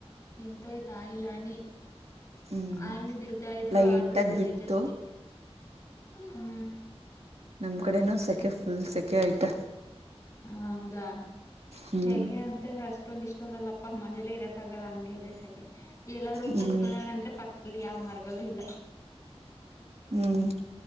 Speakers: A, on the left; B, on the right.
A: ನಿಂತೋಯ್ತಾ ಇಲ್ ಹನಿ.
B: ಹ್ಮ್ ಹ್ಮ್
A: ಹನಿ ಬಳ್ತಾ ಇದ್ರು
B: ಲೈಟ್
A: ಆದ್ರೂ
B: ಆಗಿ
A: ಶಕೆ
B: ಬಿತ್ತು
A: ಜಾಸ್ತಿ ಹ್ಮ
B: ನಿಮ್ ಕಡೆನು ಸೆಕೆಫ ಇಲ್ಲಿ ಶೆಕೆ ಆಯತ್ತೆ
A: ಹೌದಾ
B: ಹ್ಮ್
A: ತೆಕೆ ಅಂತೆ ಅಷ್ಟೊಂದ ಇಷ್. ಇಷ್ಟಂದಲ್ಲ ಪ ಮನೆಲ್ಲೆ ಇರಕ್ಕಾಗಲ್ಲ ಹಂಗೆ ಇದ್. ತೇಗಿ ಎಲ್ಲಾದ್ೂ
B: ಹ್ಮ್
A: ಕೂತ್ಕೊಣ ಅಂದ್ರೆ ಪಕ್ಕದಲ್ಲಿ ಯಾವ್ ಮರಗಳು ಇಲ್ಲ
B: ಹ್ಮ್